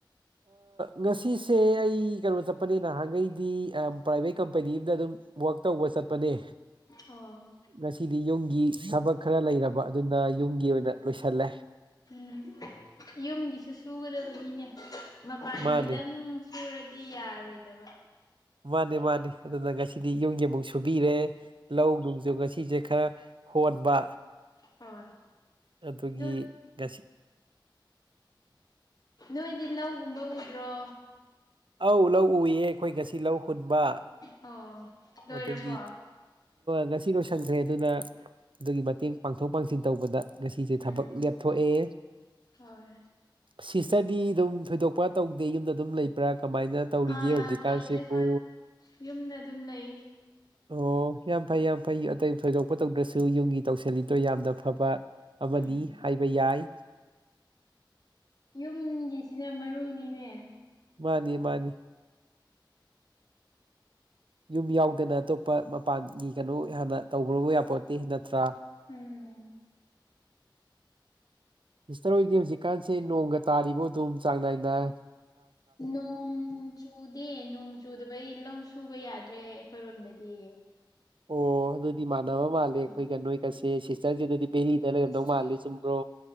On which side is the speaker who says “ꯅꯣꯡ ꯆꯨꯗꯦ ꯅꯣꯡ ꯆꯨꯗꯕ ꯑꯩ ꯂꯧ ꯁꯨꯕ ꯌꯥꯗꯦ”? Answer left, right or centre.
Left